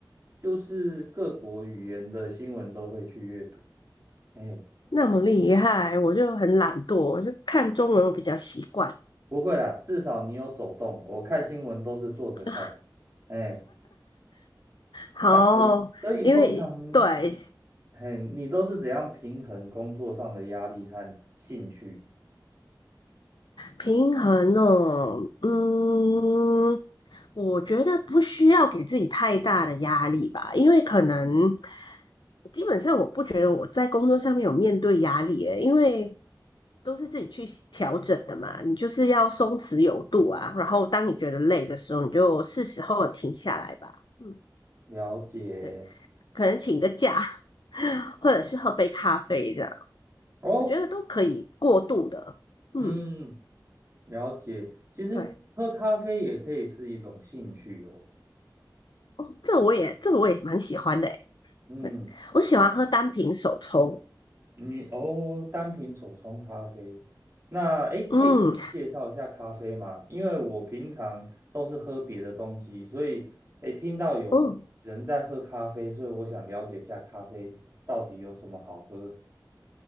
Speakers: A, on the right; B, on the left.
A: 就是各国语言的新闻都会去阅读，哎，
B: 那么厉害，我就很懒惰，我就看中文我比较习惯。
A: 不会啦，至少你有走动。我看新闻都是坐着看，
B: <laughs>
A: 哎，
B: 好，
A: 啊是 <laughs> 所以通常，
B: 因为对
A: 嘿，你都是怎样平衡工作上的压力和兴趣？
B: 平衡哦，嗯，我觉得不需要给自己太大的压力吧，因为可能基本上我不觉得我在工作上面有面对压力诶，因为都是自己去调整的嘛。你就是要松弛有度啊，然后当你觉得累的时候，你就是时候停下来吧。嗯，
A: 了解
B: 对，可能请个假，<laughs> 或者是喝杯咖啡这样，
A: 哦，
B: 我觉得都可以过度的。嗯，
A: 嗯，了解。其实喝咖啡也可以是一种兴趣哦，
B: 对，哦，这我也这我也蛮喜欢的。
A: 嗯。
B: 对我喜欢喝单品手冲。
A: 你哦，单品手冲咖啡，那诶，可以跟我介绍一下咖啡吗？
B: 嗯，
A: 因为我平常都是喝别的东西，所以诶，听到有人在喝咖啡，
B: 哦，
A: 所以我想了解一下咖啡到底有什么好喝。